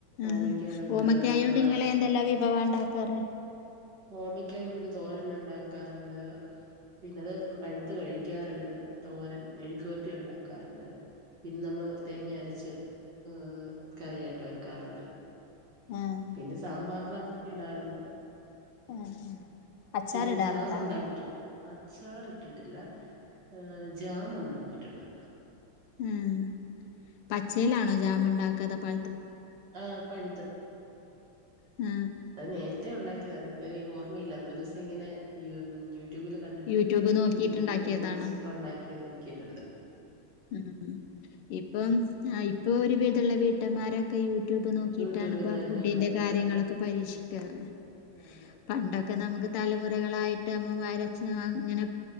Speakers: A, on the left; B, on the right.
A: ആഹ്
B: ഓമ ക്കയുണ്ട്
A: ഓമക്കായോണ്ട്
B: കായ്
A: നിങ്ങള് എന്തെല്ലാം വിഭവാ ഉണ്ടാക്കാറ്
B: ഓമിക്കായുണ്ട് തോരന് ഉണ്ടാക്കാറുണ്ട് പിന്നെ അത് പഴുത്ത് കഴിക്കാറ്ണ്ട് തോരൻ മെഴുക്ക്‌പര്ട്ടി ഉണ്ടാക്കാറ്ണ്ട് പിൻ നമ്മൾ തേങ്ങ അരച്ച് എ കറിയായിട്ട് വെക്കാറ്ണ്ട്
A: ആഹ്
B: പിന്നെ സാമ്പാറിലതൊക്കെ ഇടാറ്ണ്ട്.
A: ആഹ് അച്ചാറിടാറുണ്ടാ
B: പിന്നെ ജാം ഉണ്ടാക്കിട്ട്ണ്ട്. അച്ചാർ ഇട്ടിട്ടില്ല ഏ ജാം ഒണ്ടാക്കിട്ട്ണ്ട്.
A: ഉം പച്ചയിലാണോ ജാമ് ണ്ടാക്ക അതൊ പ
B: ആ പഴുത്ത
A: ആ
B: അത് നേരത്തെ ഉണ്ടാക്കിയതാണ് ഇപ്പൊ ഈ ഓർമ്മയില്ല അന്നൊരുസ ഇങ്ങനെ യൂ ട്യൂബിൽ കണ്ടിട്ട്
A: യൂട്യൂബ് നോക്കിട്ടുണ്ടാക്കിയതാണോ
B: ഇന്ന് ന് കിഡ്സ്‌ ഒണ്ടാക്കി നോക്കിയിട്ട്ണ്ട്
A: ഉം ഉം ഇപ്പം ആ ഇപ്പൊ ഒരു വിധള്ള വീട്ടമ്മാരൊക്കെ യു ട്യൂബ് നോക്കിട്ടാണ്
B: യൂട്യൂബിൽന്നൊക്കെ
A: പ്പ ആ ഫുഡിന്റെ
B: ഉണ്ടാക്കുന്നത്
A: കാര്യങ്ങളൊക്ക പരീക്ഷിക്കാറ്
B: ആഹ് അതെ
A: പണ്ടൊക്ക നമുക്ക് തലമുറകളായിട്ട് അമ്മമരച്ചന് അങ്ങനെ